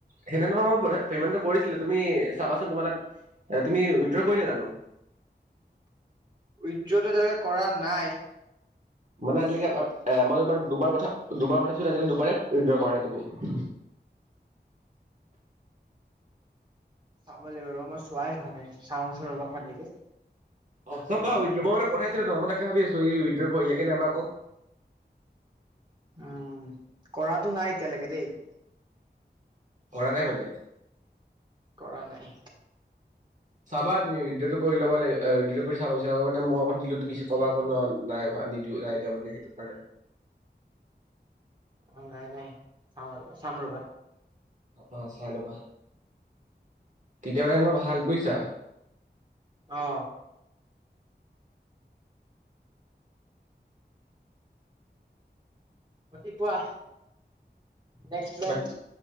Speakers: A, on the right; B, on the right.
A: সেইদিনা তোমাক মই পেমেণ্টটো কৰিছিলোঁ, তুমি চাবাচোন তোমাৰ তাত। এ তুমি উইড্ৰ কৰিলে জানো?
B: উইড্ৰটো এতিয়ালৈকে কৰা নাই।
A: মানে আজিলৈকে এবাৰ, মই তোমাক দুবাৰ দুবাৰ পঠাইছিলোঁ দুবাৰে উঁইড্ৰ কৰা নাই তুমি?
B: চাব লাগিব ৰ, মই চোৱাই হোৱা নাই চাওঁচোন ৰবা অকমান দেৰিকৈ।
A: অঁ' চাবা, মই মানে পঠাইছিলো ন' মই তাকে ভাবি আছো ই উইদ্ৰ' কৰিলে কি নাইবা আকৌ।
B: উমঁ' কৰাটো নাই এতিয়ালৈকে দেই।
A: কৰা নাই মানে?
B: কৰা নাই।
A: চাবা তুমি <unintelligible> টো কৰি ল'বা লাগে <inaudible> টো চাব বিচাৰা মই আকৌ দিলো তুমি আকৌ কবা নাই- নাই দিয়া বুলি সেইটো কাৰণে।
B: অ নাই নাই, চাওঁ ৰবা চাম ৰ'বা।
A: অ চাই লবা, তেতিয়া মানে তোমাৰ ভাল বুজিছা?
B: অ। বাকী কোৱা? নেক্সপ্লেন?
A: বাকী